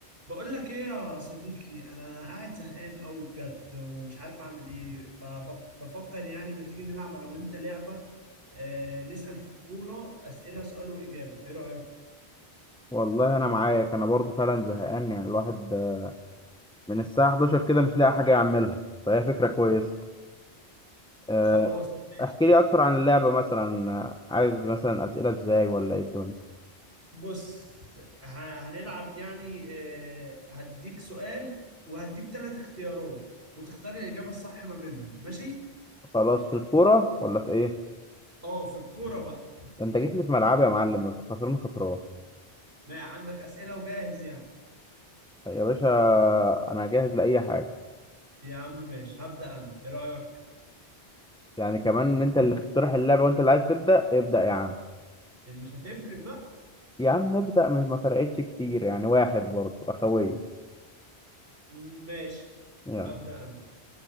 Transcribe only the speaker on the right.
بقول لك ايه يا صديقي انا قاعد زهقان قوي بجد ومش عارف اعمل ايه فبفكر يعني ما تيجي نلعب انا وانت لعبة آه نسأل في الكورة أسئلة سؤال وإجابة ايه رأيك
خلاص ماشي
بص ه- هنلعب يعني آه هديك سؤال وهديك ثلاث اختيارات وتختار الإجابة الصح ما بينهم ماشي
اه في الكورة بقى
ما عندك أسئلة وجاهز يعني
يا عم ماشي هبدأ انا ايه رأيك
مش هتفرق بقى
ماشي
أبدأ أنا